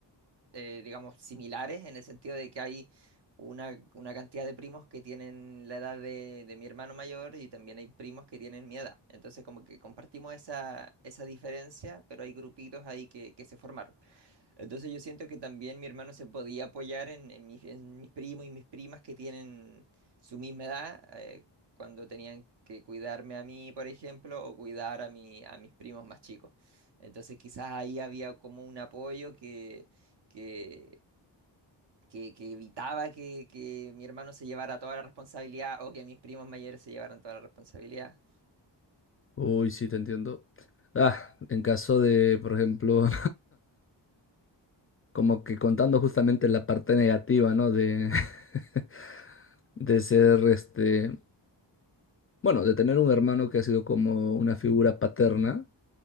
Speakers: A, on the right; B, on the left.
A: eh, digamos, similares en el sentido de que hay una, una cantidad de primos que tienen la edad de, de mi hermano mayor y también hay primos que tienen mi edad. Entonces, como que compartimos esa, esa diferencia, pero hay grupitos ahí que que se formaron. Entonces yo siento que también mi hermano se podía apoyar en, en mis, en mis primos y mis primas que tienen su misma edad, eh, cuando tenían que cuidarme a mí, por ejemplo, o cuidar a mi, a mis primos más chicos. Entonces quizás ahí había como un apoyo que, que, que, que evitaba que, que mi hermano se llevara toda la responsabilidad o que mis primos mayores se llevaran toda la responsabilidad.
B: Uy, sí, te entiendo. Ah, en caso de, por ejemplo, <laughs> como que contando justamente la parte negativa, ¿no? De, <laughs> de ser, este, bueno, de tener un hermano que ha sido como una figura paterna